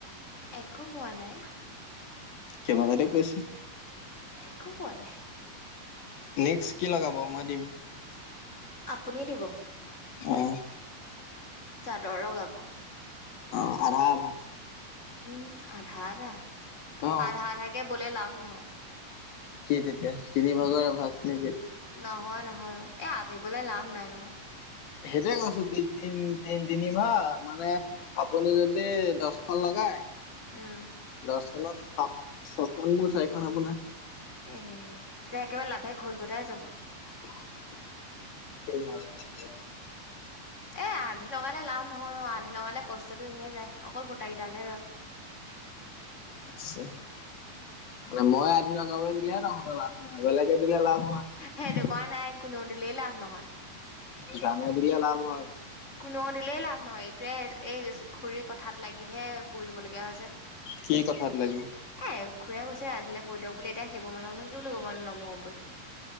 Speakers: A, on the left; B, on the left.
A: একো হোৱা নাই।
B: কেইবাটাতো কৈছে।
A: একো কোৱা নাই।
B: নেক্স কি লগাব মই দিম
A: আপুনি দিব।
B: অ'
A: দৰং আব
B: অ' আধা আধা
A: উম আধা আধা
B: অ'।
A: আধা আধাাকে বোলে লাভ নহয়।
B: কি তেতিয়া তিনি ভাগৰ এভাগ। নেকি?
A: নহয়, নহয় অ', এই আধি ব'লে লাভ নাই নহয়।
B: সেইটোয়ে কৈছোঁ তি-তিন-তিন-তিনি মাহ মানে আপুনি যদি দচখন লগাই
A: উম
B: দচখনত সাত, ছখন মোৰ, চাৰিখন আপোনাৰ।
A: এহে তেতিয়া একেবাৰে লাভে <unintelligible> ঘোটাই যাব।
B: <unintelligible>
A: এ, আধি লগালে লাভ নহয় অ', আধি লগালে কষ্টটো এনেই যায় অকল সূতাই <unintelligible> ৰয়।
B: আচ্ছা। মানে মই আধি লগাব দিলেহে তহঁতৰ লাভ নহয়, বেলেগে দিলে লাভ হয়।
A: সেইটো কৰা নাই কোনেও দিলেই লাভ নহয়।
B: জানে দিলে লাভ হয়।
A: কোনেও দিলেই লাভ নহয়, এইটোৱে এই খুৰীৰ কথাত লাগিহে বৈ দিব লগীয়া হৈছে।
B: কি কথাত লাগি
A: এ খুৰীয়ে কৈছে আজিলে বৈ দিয়ক বুলি এতিয়া সেইবোৰ মানুহকনো কি বুলি নু ক'ব নবহো বুলি।